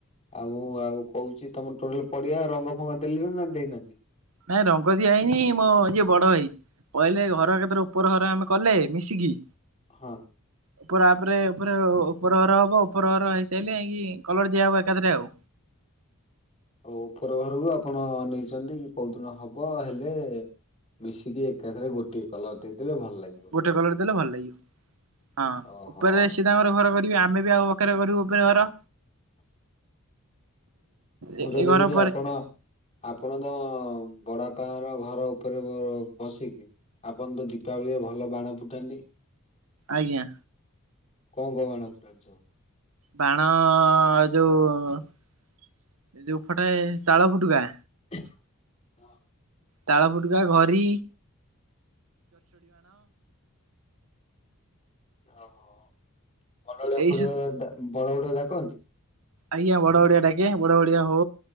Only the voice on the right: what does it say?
ନାଇଁ ରଙ୍ଗ ଦିଆ ହେଇନି ମୋ ଯିଏ ବଡ ଭାଇ କହିଲେ ଘର
ଏକାଥରେ ଉପର ହର ଆମେ କଲେ ମିଶିକି
ଉପର ଆପ୍ ରେ ଉପରେ- ଉପର ହର ହବ ଉପର ହର ହେଇସାରିଲେ ଯାଇକି କଲର୍ ଦିଆହବ ଏକାଥରେ ଆଉ।
ଗୋଟେ କଲର୍ ଦେଲେ ଭଲ ଲାଗିବ ହଁ
ଉପରେ ସିଏ ତାଙ୍କର ଘର କରିବେ ଆମେ ବି ଆଉ <unintelligible> ଉପରେ ଘର ଏ
ଘର ପରେ
ଆଜ୍ଞା।
ବାଣ ଯଉ ଏ ଯଉ ଫଟେ ତାଳ ଫୁଟୁକା
ତାଳ ଫୁଟୁକା ଘରି
ଏଇସବୁ
ଆଜ୍ଞା ବଡ ବଡିଆ ଡାକେ ବଡ ବଡିଆ ହୋ